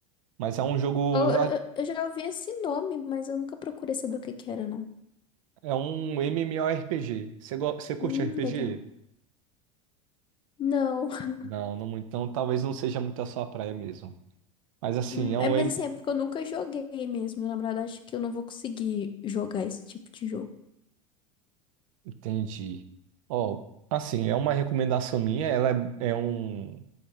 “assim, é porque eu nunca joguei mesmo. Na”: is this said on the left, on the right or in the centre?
Left